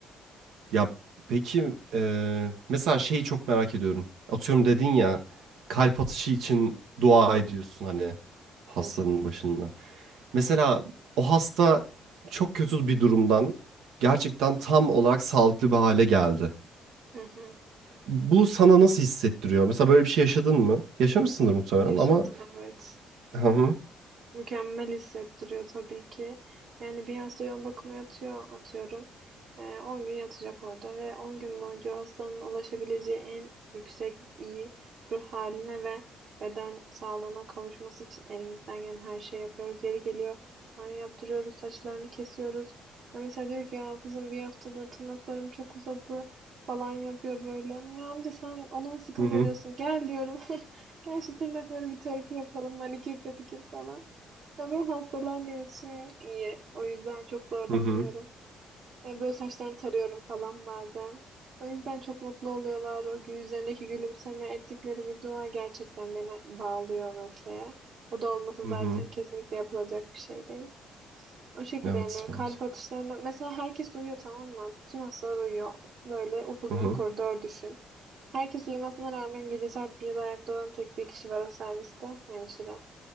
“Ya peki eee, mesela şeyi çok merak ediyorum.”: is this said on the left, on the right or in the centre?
Right